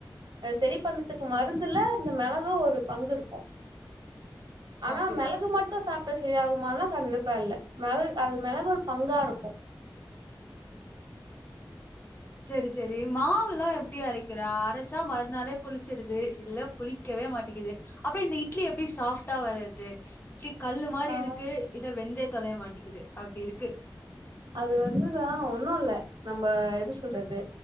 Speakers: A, on the right; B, on the left.
A: செரி பண்றதுக்கு மருந்துல இந்த மெளகு ஒரு பங்கு இருக்கும். ஆனா
B: அப்டியா
A: மெளகு மட்டு சாப்ட செரியாகுமான்னா கண்டிப்பா இல்ல மெள அது மெளகு ஒரு பங்காருக்கு
B: செரி செரி மாவ் ல்லா எப்டி அரக்கிற அரச்சா மறுநாளே புளிச்சிருது இல்ல புளிக்கவே மாட்டிக்குது அப்றோ இந்த இட்லி எப்டி சாஃப்ட்டா வருது இட்லி கல்லு மாரி இருக்கு
A: ஆ
B: இல்ல வெந்தே தொலய மாட்டிக்கிது அப்டிருக்கு
A: அது வந்துதா ஒன்னும் இல்ல நம்ம எப்படி சொல்றது